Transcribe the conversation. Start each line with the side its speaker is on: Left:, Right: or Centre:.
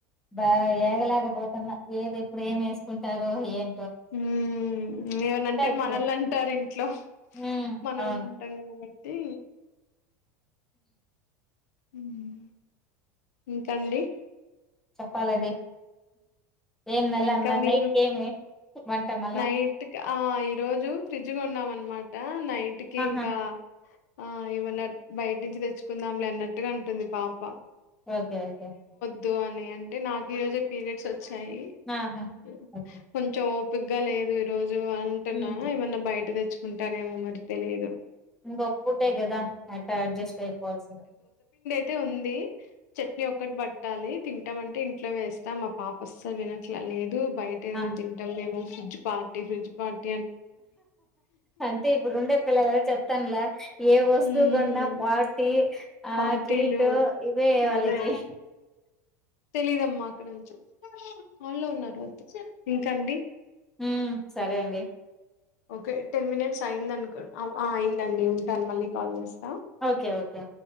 Centre: బా ఏగలాకపోతున్నా ఏది ప్పుడు ఏం వేసుకుంటారు ఏం
Left: మ్మ్ ఏమనంటే
Centre: ఇప్పుడు
Left: మనల్ని అంటారు ఇంట్లో
Centre: ఉమ్
Left: మనమే
Centre: అవును
Left: ఉంటాం కాబట్టి ట్టి మ్మ్ ఇంకాండి
Centre: చెప్పాలండి ఏం నెల
Left: ఇంకా
Centre: మ
Left: మీకు
Centre: నైట్ కి ఏమి వంట మళ్ళా
Left: నైట్ కు ఆ ఈరోజు ఫ్రిడ్జ్ కొన్నాం అనమాట టా నైట్ కి
Centre: ఆహా
Left: ఇంకా ఆ ఏమన్నా బయట నుంచి తెచ్చుకుందాం లే అన్నట్టుగా అంటుంది పాప
Centre: ఓకే ఓకే
Left: ద్దు అని అంటే నాకు ఈ రోజే పీరియడ్స్ వచ్చాయి
Centre: ఆహా
Left: హ
Centre: ఓకే
Left: కొంచం గా లేదు ఈరోజు అంటున్నా
Centre: ఉమ్
Left: ఏమన్నా బయట తెచ్చ తెచ్చుకుంటారేమో మరి తెలీదు
Centre: ఇంకొక్క పూటే కదా ఎట్ట అడ్జస్ట్ అయిపోవాల్సింద
Left: అయి ఉంది చట్నీ ఒక్కట్ బర్ కాలే తింటా అంటే ఇంట్లో వేస్తాం వాపస్లు విన లేదు బయట ఏదైనా
Centre: ఆ!
Left: తింటాం మేము ఫ్రిజ పాటటీ ఫ్రిజ పటీ
Centre: అంటే ఇప్పుడు ఉండే పిల్లల చెప్ తనలా ఏ వస్తువు
Left: మ్మ్
Centre: గుడా పార్టీ ఆ
Left: పార్టీలు
Centre: టీట్ ఇవే వాళ్ళకి
Left: అదే తెలీదమ్మా అక్కడ నుంచి కాల్లో ఉన్నారు వదు ఇంకాండి
Centre: హ్మ్. సరే అండి.
Left: ఓకే టెన్ మినిట్స్ అయిందనుకు అయిందండి ఉంటాను మళ్ళీ కాల్ చేస్తాను
Centre: ఓకే ఓకే